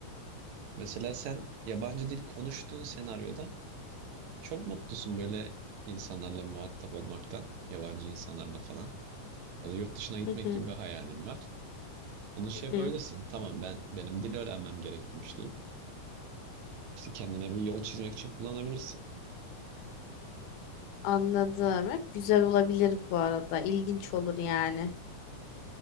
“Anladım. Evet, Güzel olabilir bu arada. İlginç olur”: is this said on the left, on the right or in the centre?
Left